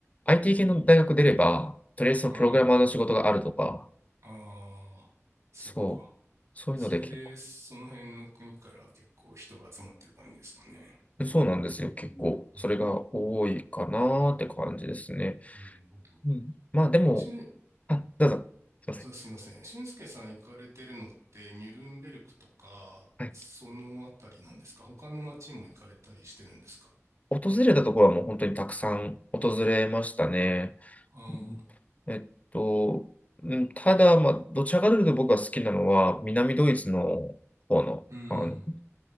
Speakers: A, on the left (about 30°); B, on the right (about 80°).
A: IT 系の大学出れば、とりあえずそのプログラマーの仕事があるとか、
B: ああああそうか。
A: そう、そういうので結構、
B: それで、その辺の国から結構人が集まってる感じですかね。
A: そうなんですよ。結構、
B: うん、
A: それが多いかなーって感じですね。
B: なるほど。
A: うん。まあでも、
B: しん、
A: あ、どうぞ、すいません。
B: そうすいません。俊介さん行かれてるのって、ニュルンベルクとか、
A: はい。
B: そのあたりなんですか他の街も行かれたりしてるんですか
A: 訪れたところはもう本当にたくさん訪れましたね。
B: ああー、
A: うんえっと、うんただ、まあ、どちらかというと僕が好きなのは、南ドイツの方の、
B: うん、
A: あの、